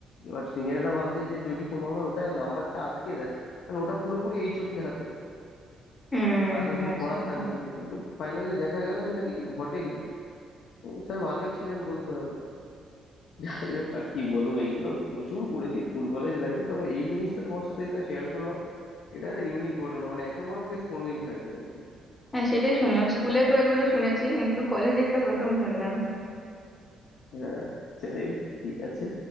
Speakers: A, on the left (about 75°); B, on the left (about 25°).
A: এবার সিনিয়ররা ভাবছে যে যদি কোনোভাবে ওটা নাম্বারটা আটকে দেয় কারণ ওটা পুরোপুরি এইচওডির হাতে
B: হুম
A: তাহলে কিছু
B: আচ্ছা
A: করার
B: আচ্ছা
A: থাকবে না কিন্তু ফাইনালি দেখা গেল সেটা কিছু ঘটেনি স্যার ভালোই ছিলেন বলতে হবে যাই হোক আর কি বলবো এইগুলো প্রচুর করেছি স্কুল কলেজ লাইফে তবে এই জিনিসটা তোমার সাথে এটা শেয়ার করলাম এটা একটা ইউনিক ঘটনা মানে এত বড় কেস কোনোদিন খাইনি আর কি
B: হ্যাঁ সেটাই শুনলাম স্কুলে তো এগুলো শুনেছি কিন্তু কলেজেরটা প্রথম শুনলাম
A: হ্যাঁ যাই হোক ঠিক আছে